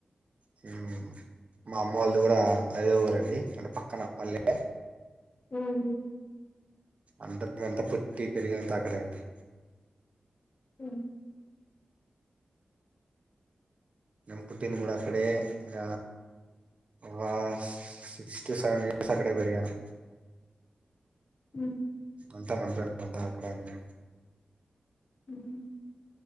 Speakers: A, on the right; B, on the left.
A: హుమ్ మా అమ్మ వాళ్లది కూడా అదే ఊరండి అంటే పక్కన పల్లె
B: మ్మ్.
A: అందరం అంత పుట్టి పెరిగింది అంత అక్కడే అండి
B: హు
A: నేను పుట్టింది కూడా అక్కడే ఇంగ వా సిక్టి సేవన్ ఇయర్స్ అక్కడే పెరిగాను
B: మ్
A: అంతా <unintelligible> అంతా అక్కడే అండి
B: హుమ్